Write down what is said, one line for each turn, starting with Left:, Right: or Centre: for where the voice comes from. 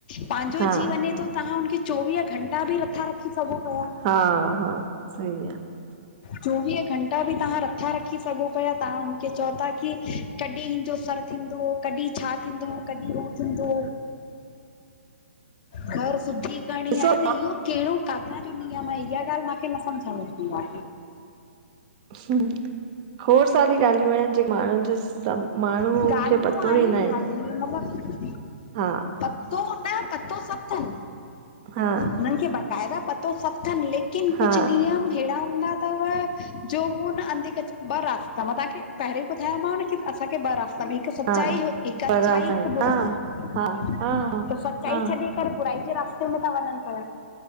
Left: पांजो
Right: हा
Left: जी वञे थो, तव्हां हुनखे चोवीह घंटा बि नथा रखी सघो पिया
Right: हा-हा, सही आ
Left: चोवीह घंटा बि तव्हां नथा रख् खी सघो पिया तव्हां हुनखे चओ था की कॾहिं हिनजो सर थींदो कॾहिं छा थींदो कॾहिं हो थींदो? घर शुद्धी करणी
Right: ॾिसो
Left: आहे त इहो कहिड़ो काथां जो नीयम आ, इहा ॻाल्ह मांखे न सम्झ में ईंदी आ।
Right: ह्म खोड़ सारियूं ॻाल्हियूं आहिन जेके माण्हुन जे सभ माण्हुन
Left: ॻाल्हियूं
Right: खे पतो ई न आहे।
Left: <unintelligible>
Right: हा
Left: पो हुनयो पतो सभ थन
Right: हा
Left: हुनन खे बक़ाइदा पतो सभ थन लेकि किन कुछ
Right: हा
Left: नियम हेड़ा हूंदा थव जो उ न अंधे क ॿ रास्ता मां तव्हांखे पहिरीं ॿुधाया न कि असांखे ॿ रास्ता पर हिक सचाई,
Right: हा
Left: हिक
Right: पर
Left: अच्छाई,
Right: असां
Left: हिक बुराई।
Right: हा हा हा
Left: त सचाई
Right: हा
Left: छॾी करे, बुराई जे रास्ते में था वञन पया।